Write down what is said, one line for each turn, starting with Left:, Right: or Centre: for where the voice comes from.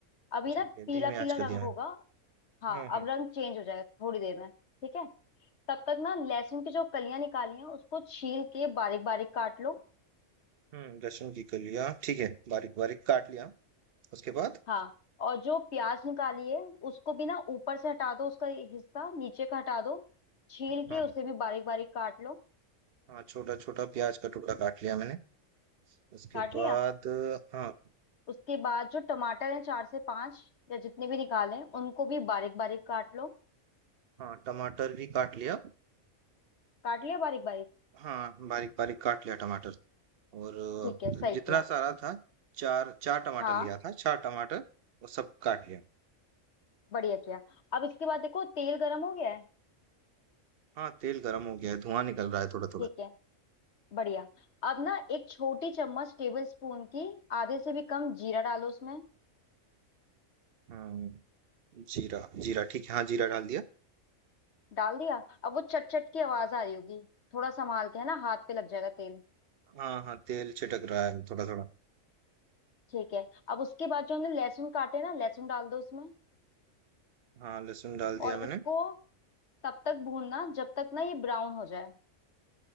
Left: अभी
Right: ठीक
Left: ना
Right: है
Left: पीला
Right: धीमी
Left: पीला
Right: आंच कर दिया
Left: रंग होगा
Right: हूँ
Left: हाँ
Right: हम्म
Left: अब
Right: हम्म
Left: रंग चेंज हो जाएगा थोड़ी देर में ठीक है तब तक ना लहसुन की जो कलियां निकाली हैं उसको छील के बारीक बारीक काट लो
Right: हम्म, लहसुन की कर लिया ठीक है बारीक बारीक काट लिया उसके बाद
Left: हाँ और जो प्याज निकाली है उसको भी ना ऊपर से हटा दो उसका हिस्सा नीचे का हटा दो छील
Right: हाँ
Left: के उसे
Right: हाँ
Left: भी बारीक बारीक काट लो
Right: हाँ छोटा छोटा प्याज का टुकड़ा काट लिया मैंने उसके
Left: काट लिया
Right: बाद हाँ
Left: उसके बाद जो टमाटर हैं चार से पांच या जितने भी निकाले हैं उनको भी बारीक बारीक काट लो
Right: हाँ टमाटर भी काट लिया
Left: काट लिया बारीक बारीक
Right: हाँ बारीक बारीक काट लिया टमाटर और अ,
Left: ठीक है सही
Right: जितना
Left: किया
Right: सारा था चार चार टमाटर
Left: हाँ
Right: लिया था चार टमाटर वो सब काट लिया
Left: बढ़िया किया अब इसके बाद देखो तेल गर्म हो गया है
Right: हाँ तेल गरम हो गया है धुआं निकल रहा है थोड़ा थोड़ा
Left: ठीक है बढ़िया अब ना एक छोटी चम्मच टेबल स्पून की आधे से भी कम जीरा डालो उसमें
Right: हाँ, जीरा जीरा ठीक है हाँ जीरा डाल दिया
Left: डाल दिया अब वो चट चट की आवाज आ रही होगी थोड़ा संभाल के है ना हाथ पे लग जाएगा तेल
Right: हाँ हाँ तेल छिटक रहा है थोड़ा थोड़ा
Left: ठीक है अब उसके बाद जो हमने लहसुन काटे हैं ना लहसुन डाल दो उसमें
Right: हाँ लहसुन डाल दिया
Left: और इसको
Right: मैंने
Left: तब तक भूनना जब तक ना ये ब्राउन हो जाए